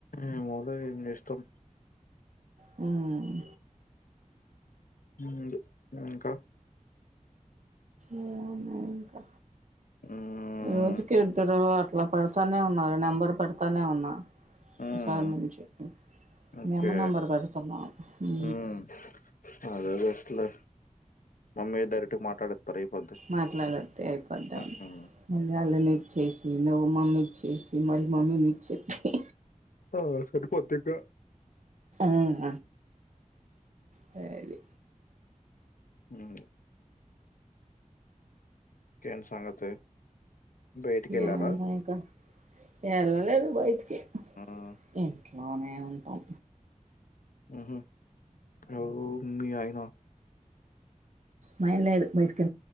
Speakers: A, on the left (about 80°); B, on the right (about 60°).
A: ఏమోలే నీ ఇష్టం
B: హ్మ్!
A: ఉంది. హ్మ్! ఇంకా,
B: ఏం లేదు ఇంకా.
A: మ్
B: రోజుకి ఇద్దరూ అట్లా. పెడతానే ఉన్నా నెంబర్ పెడతానే ఉన్నా.
A: మ్
B: ఈ సారి నుంచి
A: ఓకే
B: మీ అమ్మ నంబర్ బెడతాను ఊ
A: మ్ అదే బెస్ట్ లే మమ్మీ డైరెక్ట్గా మాట్లాడేత్తారు అయిపోద్ది
B: మాట్లాడది అయిపడ్డాం
A: మ్
B: మళ్ళీ వాళ్ళని చేసి నువ్వు మమ్మీచ్చసి మళ్ళీ మమ్మీ నిక్చెప్పి
A: ఆ సరిపోద్ద్దగా
B: మ్మ్ సరి
A: మ్మహ్ ఇంకేంటి సంగతి బయటికెళ్ళారా
B: ఉ ఎందోయిక ఎల్లలేదు బయటికి
A: మ్
B: అట్లానే ఉంటాం
A: మ్మహు నువ్వు మీ అయినా
B: మాయన లేరు బయటికి